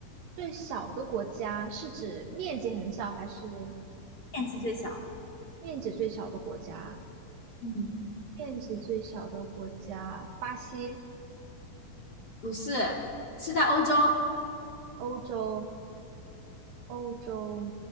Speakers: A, on the right (about 75°); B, on the left (about 30°).
A: 最小的国家是指面积很小，还是
B: 面积最小。
A: 面积最小的国家？
B: 嗯，
A: 面积最小的国家，巴西，
B: 不是，是在欧洲。
A: 欧洲，欧洲，